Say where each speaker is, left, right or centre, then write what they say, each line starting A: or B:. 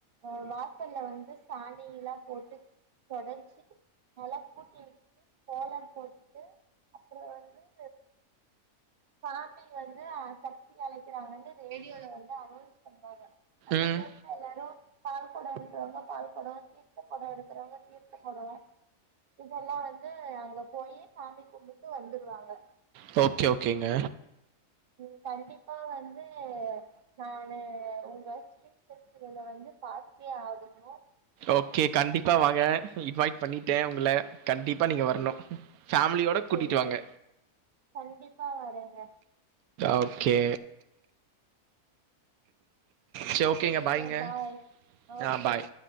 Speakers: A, on the right; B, on the right.
A: அ வாசல்ல வந்து சாணி எல்லா போட்டு தொடர்ச்சி நல்லா கூட்டி வக்கிட்டு கோலம் போட்டுட்டு அப்றோ வந்து சாமி வந்து ஆ சக்தி அழைக்கிறாங்கன்னு ரேடியோல வந்து அனொன்ஸ் பண்ணுவாங்க அந்த
B: ம்.
A: டைம்ல எல்லாரு பால் கொடோ எடுக்குறவங்க பால் கொடோ தீர்த்த கொடோ எடு க்குறவங்க தீர்த்த கொடோ இதெல்லா வந்து அங்க போயி சாமி கும்புட்டு வந்துருவாங்க
B: சோக்கே ஓக்கேங்க
A: ம் கண்டிப்பா வந்து நானு உங்க ஸ் ட்ரீட் ஃபெஸ்டிவல வந்து பாத்தே ஆகணு
B: ஓக்கே கண்டிப்பா வாங்க இன்வைட் பண்ணிட்டே உங்கள கண்டிப்பா நீங்க வரணு ஃபேமிலியோட
A: சேரி
B: கூட்டிட்டு
A: சேரி
B: வாங்க.
A: கண்டிப்பா வரேங்க
B: ஓகே செரி ஓகேங்க
A: செரிங்க
B: ஃபாய்ங்க
A: பாய் ஆ
B: யா
A: ஓகே
B: ஃபாய்